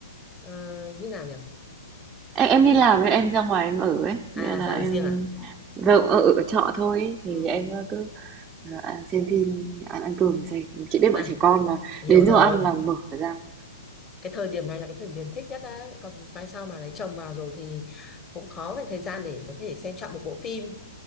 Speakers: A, on the left; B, on the right.
A: ờ, như nào nhỉ
B: em em đi làm nên em ra ngoài em ở ấy
A: à
B: nên là
A: ra
B: em
A: ở riêng à
B: vâng ở, ở trọ thôi ấy. thì
A: ừ
B: em cứ ờ, à, xem phim ăn ăn cơm xem chị biết
A: này
B: bọn trẻ con mà
A: hiểu
B: đến
A: rồi
B: giờ ăn là mở ra
A: cái thời điểm này là cái thời điểm thích nhất đấy còn mai sau mà lấy chồng vào rồi thì cũng khó cái thời gian để có thể xem trọn một bộ phim